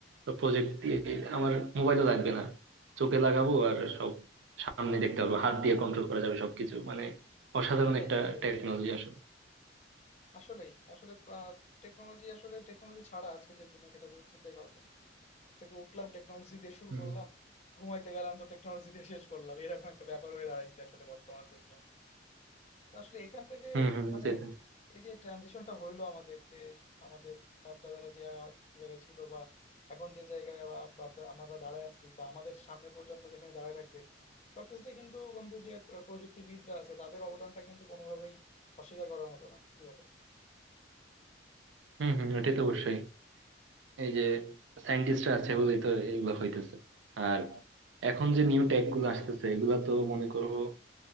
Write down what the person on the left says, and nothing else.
সেটাই
সেটাই
বন্ধু
আসলেই। আসলে আ টেকনোলজি আসলে টেকনোলজি ছাড়া আজকে যে দুনিয়া সেটা তো চিন্তাই করা যায় না। ঘুম থেকে উঠলাম টেকনোলজি দিয়ে শুরু
করলাম, ঘুমাইতে গেলাম তো টেকনোলজি দিয়ে শেষ করলাম। এরকম একটা ব্যাপার হয়ে দাঁড়াইছে আসলে বর্তমান দুনিয়া। তো আসলে এখান থেকে
মানে
এই যে ট্রানজিশনটা হইলো আমাদের যে আমাদের বাপ-দাদারা যে আ যে জায়গায় ছিল বা এখন যে জায়গায় বা বাপ দা- আমরা দাঁড়ায় আছি বা আমাদের সামনের প্রজন্ম যেখানে দাঁড়ায় থাকবে, সবকিছুতে কিন্তু বন্ধু যে আ প্রযুক্তিবিদরা আছে তাদের অবদানটা কিন্তু কোনোভাবেই অস্বীকার করার মতো না। কি বলো?